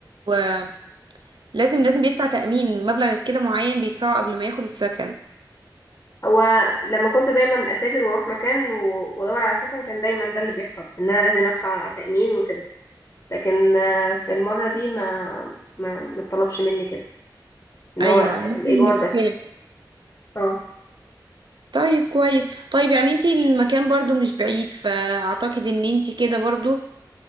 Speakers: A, on the right; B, on the left.
A: آه، لازم لازم بيدفع تأمين مبلغ كده معين بيدفعه قبل ما ياخد السكن
B: هو لما كنت دايما اسافر واروح مكان و- وادور على سكن كان دايما ده اللي بيحصل ان انا لازم ادفع تأمين وكده لكن آه، في المرة دي ما ما ما طلبش مني كده ان
A: ايوه
B: هو
A: ممكن
B: الايجار
A: بتختلف
B: بس اه
A: طيب كويس طيب يعني انتي المكان برضو مش بعيد فاعتقد ان انتي كده برضو